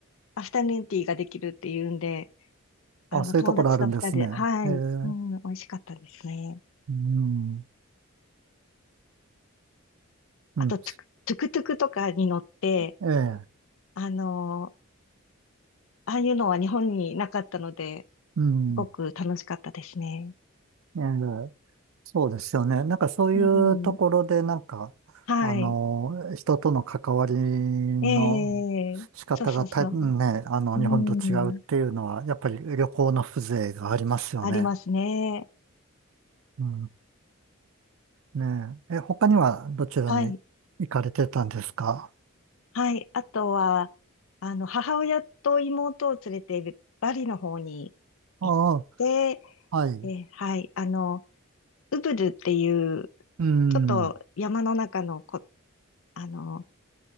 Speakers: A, on the left (about 70°); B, on the right (about 75°).
A: アフタヌーンティーができるっていうんで、あの、
B: あ、そういうところあるんですね。
A: 友達と二人で、はい、
B: えー
A: うん、美味しかったですね。
B: うん、うん、
A: あと、トゥクトゥクトゥクとかに乗って、
B: ええ
A: あの、ああいうのは日本になかったので、
B: うん、
A: すごく楽しかったですね。
B: ええそうですよね。なんかそういうところで、
A: うん。
B: なんか、
A: はい。
B: あの、人との関わりの
A: ええそうそうそう。
B: 仕方がた、ね、あの、
A: う
B: 日本と違うっていうのは、
A: ん。
B: やっぱり旅行の風情がありますよね。
A: ありますね。
B: うん。ねえ。え、他にはどちらに行かれてたんですか
A: はい。はい。あとは、あの、母親と妹を連れてバリの方に行って、
B: ああ、はい。
A: え、はい。あの、ウブルっていう、
B: うん。
A: ちょっと山の中のこ、あの、